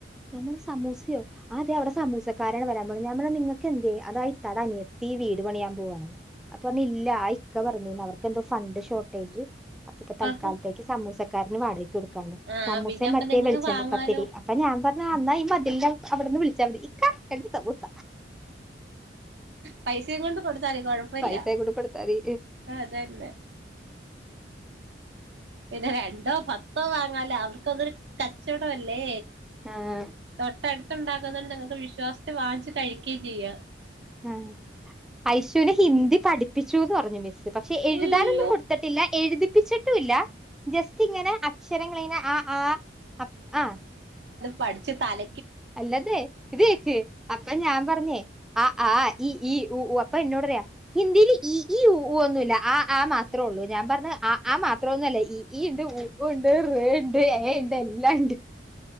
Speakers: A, in the centre; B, on the right (about 75°).
A: ഞാൻ പറഞ്ഞു സമൂസയോ അതെ അവിടെ സമൂസക്കാരാണ് വരാൻ പോവുന്നേ ഞാൻ പറഞ്ഞു നിങ്ങക്കെന്തേ അതായി ക്കാനിയത്തി വീട് പണിയാൻ പോവാണെന്ന് അപ്പൊ പറഞ്ഞില്ല ക്ക പറഞ്ഞു അവർക്കെന്തോ ഫണ്ട് ഷോർട്ടേജ് അപ്പൊപ്പ തൽക്കാലത്തേക്ക്
B: ആഹ്
A: സമൂസ ക്കാരന് വാട ടുക്കാന്ന്
B: ആ
A: സമൂസേ
B: പിന്നെ അപ്പൊ
A: മറ്റേ
B: നിങ്ങക്ക്
A: വിളിച്ചെണ്ണ
B: വാങ്ങാലോ
A: പത്തിരി അപ്പ ഞാൻ പറ അന്നാ ഈ മതിലിന്റെ അവിടെന്ന് വിളിച്ചാ മതി ഇക്കാ രണ്ട് സൂസ
B: പൈസയും കൊണ്ട് കൊടുത്താലെയ് കൊഴപ്പില്ല
A: പൈസ കൂടെ കൊടുത്താതി
B: ആതെതെ പിന്നെ രണ്ടോ പത്തോ വാങ്ങാലോ അവർ ക്കതൊരു കച്ചവടം അല്ലേ
A: ആഹ്
B: ടുത്തുണ്ടാക്കുന്നോണ്ട് നിങ്ങക്ക് വിശ്വാസത്തെൽ വാങ്ങിച്ച് കഴിക്കുകയും ചെയ്യാം
A: ആ ഐശുവിനെ ഹിന്ദി പഠി പ്പിച്ചുന്ന് പറഞ്ഞു മിസ് പക്ഷെ എഴുതാനൊന്നും
B: ഉയ്യോ
A: കൊടുത്തിട്ടില്ല എഴുതി <unintelligible> ട്ടു വില്ല ജസ്റ്റ് ഇങ്ങനെ അക്ഷരങ്ങളിങ്ങിനെ ആ ആ ആ
B: പഠിച്ചു തല
A: അല്ലതെ ഇത് കേക്ക് അപ്പൊ ഞാൻ പറഞ്ഞേ ആ ആ ഈ ഈ ഊ അപ്പൊ എന്നോട്റിയാ ഹിന്ദിയില് ഈ ഈ ഊഊ ഒന്നുവില്ല ആ ആ മാത്രേ ഉള്ളൂ ഞാൻ പറഞ്ഞ് ആ ആ മാത്രമൊന്നു വല്ല ഈ ഈ ഉണ്ട് ഊ ഉ ണ്ട് റേ ണ്ട് എ ണ്ട് എല്ലാണ്ട്